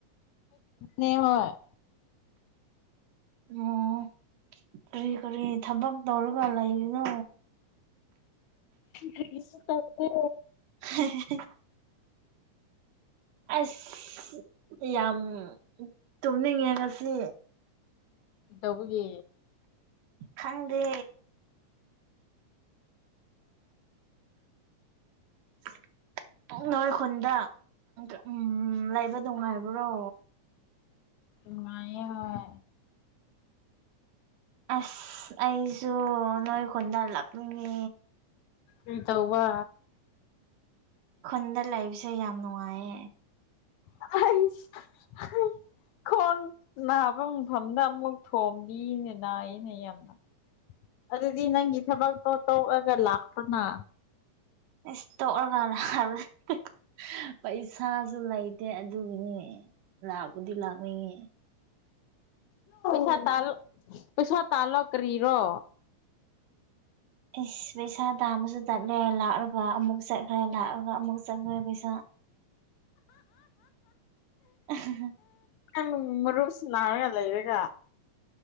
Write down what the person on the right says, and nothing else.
ꯑꯣ ꯀꯔꯤ ꯀꯔꯤ ꯊꯕꯛ ꯇꯧꯔꯒ ꯂꯩꯔꯤꯅꯣ
<unintelligible> ꯑꯁ ꯌꯥꯝ ꯇꯨꯝꯅꯤꯡꯉꯦ ꯉꯁꯤ
ꯈꯪꯗꯦ <inaudible> ꯅꯣꯏ ꯈꯨꯟꯗ ꯎꯝ ꯂꯩꯕ ꯅꯨꯡꯉꯥꯏꯕ꯭ꯔꯣ
ꯑꯁ ꯑꯩꯁꯨ ꯅꯣꯏ ꯈꯨꯣꯟꯗꯥꯜꯂꯛꯅꯤꯡꯉꯤ
ꯈꯨꯟꯗ ꯂꯩꯕꯁꯦ ꯌꯥꯝ ꯅꯨꯡꯉꯥꯏꯌꯦ
ꯏꯁ ꯇꯣꯛꯑꯀꯥꯜ ꯍꯥꯏꯕ ꯅꯠꯇꯦ ꯄꯩꯁꯥꯁꯨ ꯂꯩꯇꯦ ꯑꯗꯨꯒꯤꯅꯤ ꯂꯥꯛꯄꯨꯗꯤ ꯂꯥꯛꯅꯤꯡꯉꯦ
ꯏꯁ ꯄꯩꯁꯥ ꯇꯥꯝꯃꯁꯨ ꯆꯠꯂꯦ ꯂꯥꯛꯑꯒ ꯑꯃꯨꯛ ꯆꯠꯈ꯭ꯔꯦ ꯂꯥꯛꯑꯒ ꯑꯃꯨꯛ ꯆꯠꯈ꯭ꯔꯦ ꯄꯩꯁꯥ <unintelligible>